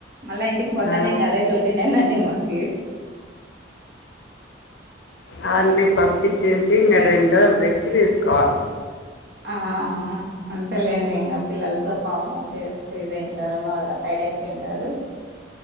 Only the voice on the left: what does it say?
ఆ
అవన్ని పంపించేసి ఇంకా రెండు రోజులు రెస్ట్ తీసుకోవాలి